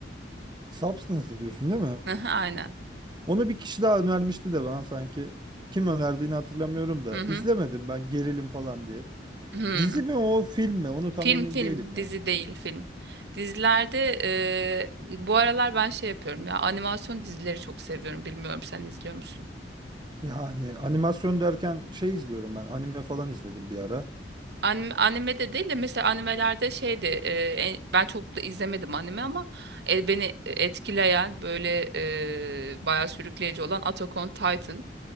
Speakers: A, on the right; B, on the right.
A: Substance diyorsun değil mi?
B: <laughs> Aynen.
A: Onu bir kişi daha önermişti de ben sanki kim önerdiğini hatırlamıyorum da
B: Hı hı.
A: izlemedim ben gerilim falan diye.
B: Hı.
A: Dizi mi o film mi? Onu tam
B: Film
A: emin
B: film
A: değilim ya.
B: dizi değil film. Dizilerde eee, bu aralar ben şey yapıyorum ya animasyon dizileri çok seviyorum. Bilmiyorum sen izliyor musun?
A: Yani animasyon derken şey izliyorum ben. Anime falan izledim bir ara.
B: Anime, anime de değil de mesela animelerde şeydi eee, en- ben çok da izlemedim anime ama e, beni etkileyen böyle eee bayağı sürükleyici olan Attack on Titan.